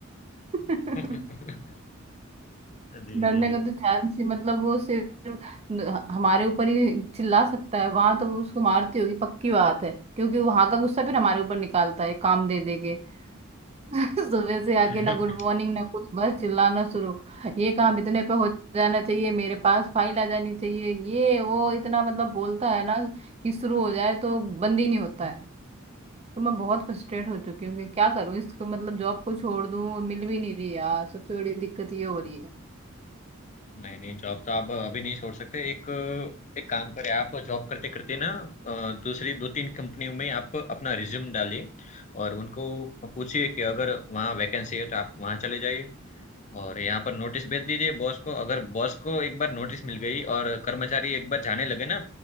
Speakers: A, on the right; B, on the left.
A: <laughs>
B: <laughs> जी
A: डरने
B: जी
A: का तो चांस ही मतलब वो सिर्फ न- हमारे ऊपर ही चिल्ला सकता है वहां तो वो उसको मारती होगी पक्की बात है क्योंकि वहां का गुस्सा फिर हमारे ऊपर निकालता है काम दे दे के <laughs> सुबह से
B: <laughs>
A: आके ना गुड मॉर्निंग ना कुछ बस चिल्लाना शुरू ये काम इतने पे हो जाना चाहिए मेरे पास फाइल आ जानी चाहिए ये वो इतना मतलब बोलता है ना कि शुरू हो जाए तो बंद ही नहीं होता है तो मैं बहुत फ्रस्ट्रेट हो चुकी हूँ कि क्या करूँ इसको मतलब जॉब को छोड़ दूँ मिल भी नहीं रही यार सबसे बड़ी दिक्कत ये हो रही
B: नहीं नहीं जॉब तो आप अभी नहीं छोड़ सकते एक एक काम करें आप जॉब करते करते ना अ, दूसरी दो तीन कंपनियों में आप अपना रिज्यूम डालिए और उनको पूछिए कि अगर वहाँ वैकेंसी है तो आप वहाँ चले जाइए और यहाँ पर नोटिस भेज दीजिए बॉस को अगर बॉस को एक बार नोटिस मिल गई और कर्मचारी एक बार जाने लगे ना